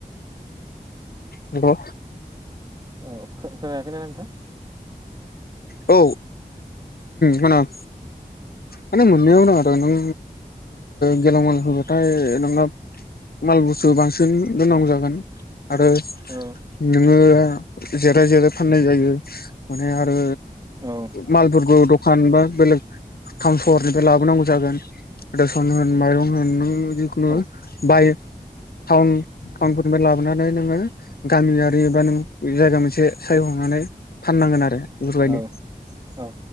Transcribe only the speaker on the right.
औ खोन खोनानोथ
<inaudible>
औ
औ
औ
औ औ